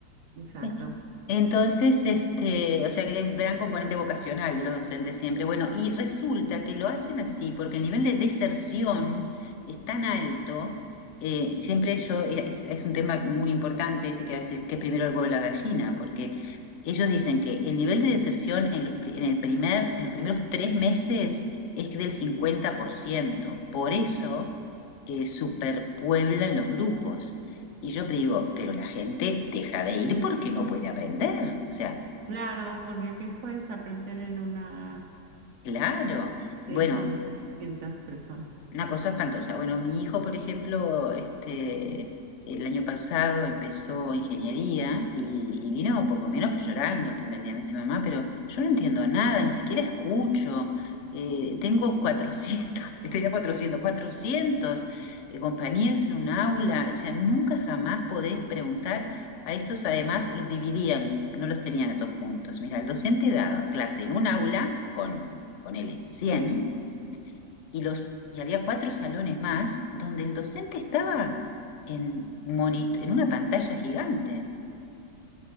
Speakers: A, on the right; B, on the left.
A: exacto.
B: Sí. Entonces, este, o sea que hay un gran componente vocacional de los docentes siempre. Bueno, y resulta que lo hacen así, porque el nivel de deserción es tan alto, eh, siempre yo, eh, es, es un tema muy importante este que hace, que es primero el huevo y la gallina, porque ellos dicen que el nivel de deserción en los, pri- en el primer, en los primeros tres meses es que del 50%. Por ciento. Por eso eh, superpueblan los grupos. Y yo digo, pero la gente deja de ir porque no puede aprender. O sea,
A: Claro, porque ¿qué puedes aprender en una
B: claro.
A: clase
B: Bueno,
A: con 700 personas?
B: Una cosa espantosa. Bueno, mi hijo, por ejemplo, este, el año pasado empezó ingeniería y, y vino poco menos que llorando el primer día. Me dice, mamá, pero yo no entiendo nada, ni siquiera escucho. Eh, tengo 400, <laughs> tenía cuatrocientos cuatrocientos eh, compañeros en un aula. O sea, nunca jamás podés preguntar. A estos además los dividían, no los tenían a todos juntos. Mira, el docente daba clase en un aula con, ponele, 100 y, los, y había cuatro salones más donde el docente estaba en, monito en una pantalla gigante.